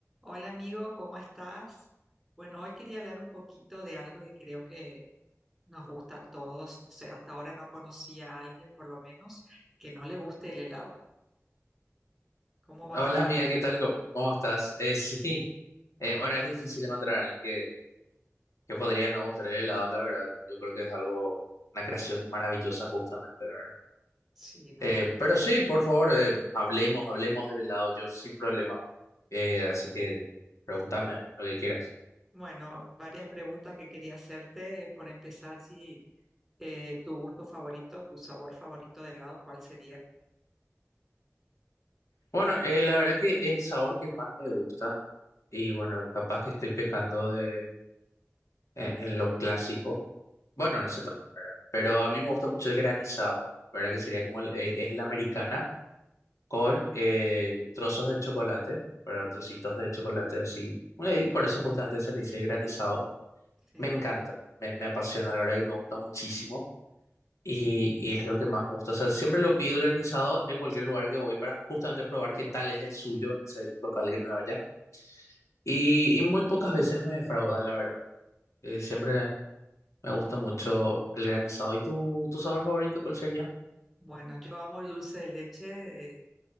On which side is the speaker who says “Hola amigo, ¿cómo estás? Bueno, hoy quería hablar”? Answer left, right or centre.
Centre